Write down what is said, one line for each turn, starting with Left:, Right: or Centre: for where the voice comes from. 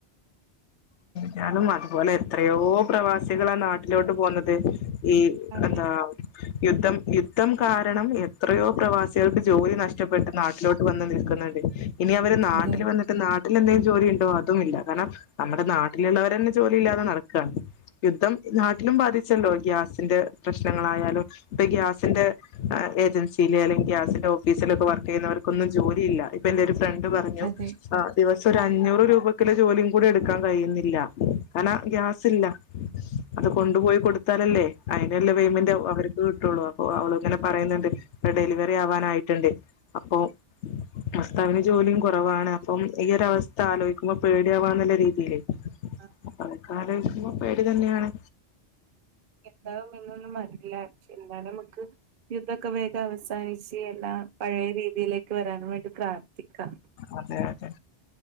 Left: കാരണം അതുപോലെ എത്രയോ പ്രവാസികളാ നാട്ടിലോട്ട് പോന്നത് ഈ
Right: അതെ
Left: എന്താ യുദ്ധം യുദ്ധം കാരണം എത്രയോ പ്രവാസികൾക്ക് ജോലി നഷ്ടപ്പെട്ട് നാട്ടിലോട്ട് വന്ന് നിൽക്കുന്നുണ്ട് ഇനി അവര് നാട്ടിൽ
Right: അതെ
Left: വന്നട്ട നാട്ടിൽ എന്തെങ്കിലും ജോലി ഉണ്ടോ അതും ഇല്ല കാരണം നമ്മുടെ നാട്ടിലുള്ളവരന്നെ ജോലി ഇല്ലാതെ നടക്കുകയാണ് യുദ്ധം നാട്ടിലും ബാധിച്ചല്ലോ ഗ്യാസിന്റെ പ്രശ്നങ്ങളായാലും ഇപ്പൊ ഗ്യാസിന്റെ ഏജൻസിയിലെ അല്ലെങ്കിൽ ഗസിന്റെ ഓഫീസിലൊക്കെ വർക്ക് ചെയ്യുന്നവർക്കൊന്നും ജോലിയില്ല ഇപ്പ എന്റെ ഒരു ഫ്രണ്ട് പറഞ്ഞു
Right: അതെ
Left: ആഹ് ദിവസം ഒരു അഞ്ഞൂറ് രൂപക്കില ജോലിയും കൂടി എടുക്കാൻ കഴിയുന്നില്ല കാരണം ഗ്യാസില്ല അത് കൊണ്ടുപോയി കൊടുത്താനല്ലേ അയിനല്ല പേമെന്റ്
Right: ആ,
Left: ആവു അവർ ത് ട്ടുള്ളൂ അപ്പൊ അവളങ്ങനെ പറയുന്നുണ്ട് ഡെലിവറി ആവാനായിട്ടുണ്ട് അപ്പൊ ഭസ്താവിന് ജോലിയും കുറവാണ് അപ്പം ഈ ഒരവസ്ഥ ആലോയ്ക്കുമ്പോ പേടിയാവാന്നുള്ള രീതിയില്
Right: അഹ്
Left: തൊക്കാലൊയ്ചൊമ്പൊ പേടി തന്നെയാണ്
Right: എന്താവും എന്നൊന്നും <unintelligible> പക്ഷെ എന്താണ് നമുക്ക് യുദ്ധൊക്കെ വേഗം അവസാനിച്ച് എല്ലാം പഴയ രീതിയിലേക്ക് വരാനും വേണ്ടി പ്രാർത്ഥിക്കാം
Left: അതെ അതെ